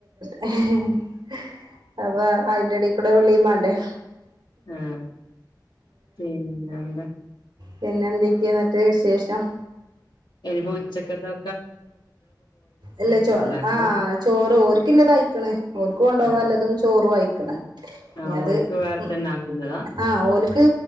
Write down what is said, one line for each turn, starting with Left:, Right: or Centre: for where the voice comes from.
Right: <unintelligible> അപ്പ അയിന്റെടികു നമ്മടെ വിളീം വേണ്ടേ
Left: മ് പിനെന്താ
Right: പിന്നെന്തൊക്കെയ എന്നിട്ട് വിശേഷം
Left: ഇനീപ്പോ ഉച്ചക്കത്തെ
Right: അല്ല ചോ
Left: ല്ലേ ആക്കാ
Right: ആഹ് ചോറ് ഓരിക്ക് ഉള്ളതാ അക്കണേ ഓൾക്ക് കൊണ്ടു പോവാൻ
Left: ആഹ്
Right: ഉള്ളതും ചോറും അയിക്ണ്
Left: ആഹ്
Right: ഇനി അത്
Left: ഓര്ക്ക് വേറെ
Right: ഉ
Left: തന്നെ ആക്കുന്നതാ
Right: ആ ഓൽക്ക്